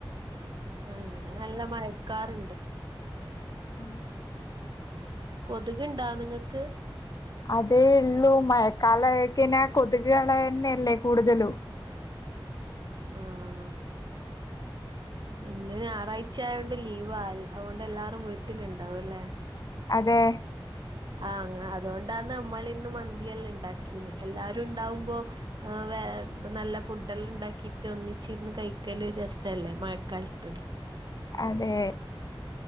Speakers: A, on the right; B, on the left.
A: ആ ഇവിടെ നല്ല മഴക്കാറുണ്ട്
B: ആ
A: കൊതുക് ഇണ്ടാ നിങ്ങക്ക്
B: അതേ ഇള്ളൂ മഴക്കാലയ്ക്കെന്നെ കൊതുകളന്നെല്ലേ കൂടുതലും
A: ആഹ് ഇന്ന് ഞായറാഴ്ചയോണ്ട് ലീവ ആ അതുകൊണ്ട് എല്ലാരും വീട്ടിലുണ്ടാവും അല്ലേ
B: അതെ
A: ആഹ് അ അതുകൊണ്ടന്ന് നമ്മളിന്ന് മന്തിയെല്ലാം ഉണ്ടാക്കീന് എല്ലാരും ഇണ്ടാവുമ്പോ എമ് <inaudible> നല്ല ഫുഡല്ലാം ഉണ്ടാക്കിട്ട് ഒന്നിച്ചിരുന്ന് കഴിക്കല് രസല്ലേ മഴക്കാലത്ത്
B: അതെ